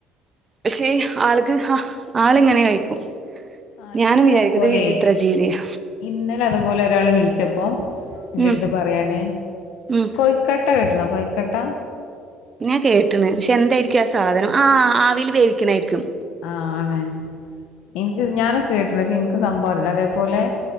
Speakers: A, on the right; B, on the left.
A: പക്ഷേ ആൾക്ക് ആള് എങ്ങനെ കഴിക്കും
B: ആഹ്
A: ഞാൻ
B: ഇന്നലെ
A: വിചാരിക്കും
B: അതുപോലെ
A: ഇത് വിജിത്ര ജീവിയാ
B: ഇന്നലെ അതുപോലെ ഒരാള് വിളിച്ചപ്പോ എന്റെ
A: ഉം
B: അടുത്ത് പറയാണ്
A: ഉം
B: കൊയ്ക്കട്ട ഇട്ട്ണോ കോയിക്കോട്ട
A: ഞാൻ കേട്ട്ണ് പക്ഷെ എന്തായിരിക്കും ആ സാധനം ആ ആവിൽ വേവിക്ക്ണതായിരിക്കും
B: ആ ആണ് എനിക്ക് ഞാന് കേട്ട്ണ് പക്ഷെ എനിക്ക് സംഭവറീല അതേപോലെ